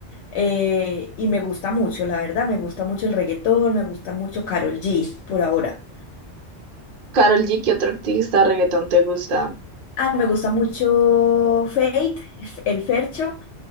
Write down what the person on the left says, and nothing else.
eh, y me gusta mucho, la verdad, me gusta mucho el reggaetón, me gusta mucho Karol G por ahora.
Ah, me gusta mucho Fate, el Fercho,